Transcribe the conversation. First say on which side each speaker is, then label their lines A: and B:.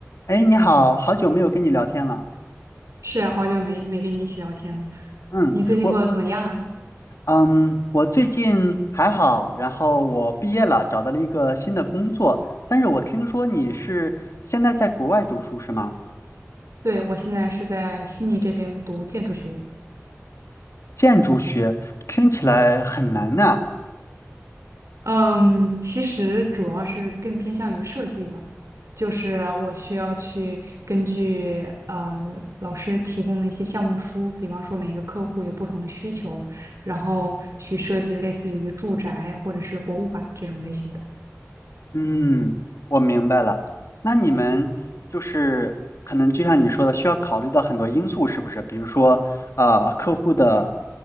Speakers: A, on the left; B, on the right.
A: 哎，你好，好久没有跟你聊天了。
B: 是啊，好久没没跟你一起聊天了，
A: 嗯，
B: 你最近过得怎么样啊？
A: 我嗯，我最近还好，然后我毕业了，找到了一个新的工作。但是我听说你是现在在国外读书是吗？
B: 对，我现在是在悉尼这边读建筑学院，
A: 建筑学听起来很难呐、
B: 嗯，其实主要是更偏向于设计吧，就是我需要去根据呃老师提供的一些项目书，比方说每个客户有不同的需求，然后去设计类似于住宅或者是博物馆这种类型的。
A: 嗯，我明白了。那你们就是可能就像你说的，需要考虑到很多因素，是不是？比如说，呃，客户的